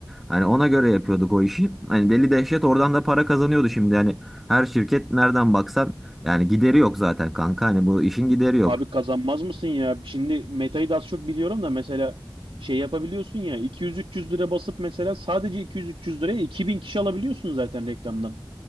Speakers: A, in the centre; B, on the right.
A: Hani ona göre yapıyorduk o işi. Hani deli dehşet oradan da para kazanıyordu şimdi. Yani her şirket nereden baksan yani gideri yok zaten kanka. Hani bu işin gideri yok.
B: Abi kazanmaz mısın ya? Şimdi Meta'yı da az çok biliyorum da mesela şey yapabiliyorsun ya 200-300 lira basıp mesela sadece 200-300 liraya 2000 kişi alabiliyorsun zaten reklamdan.